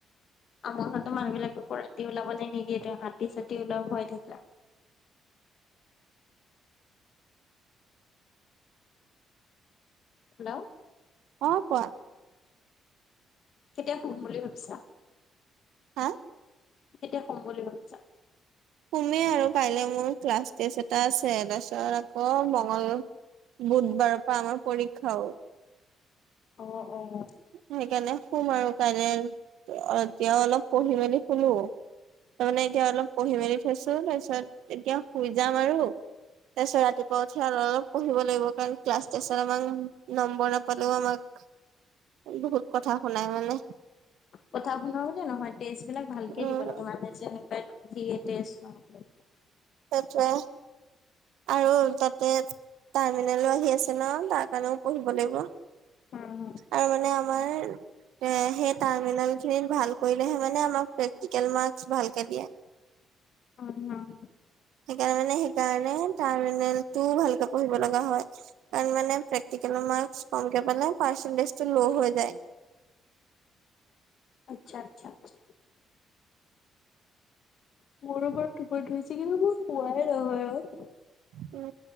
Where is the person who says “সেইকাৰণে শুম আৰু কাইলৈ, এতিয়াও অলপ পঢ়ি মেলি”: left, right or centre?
Right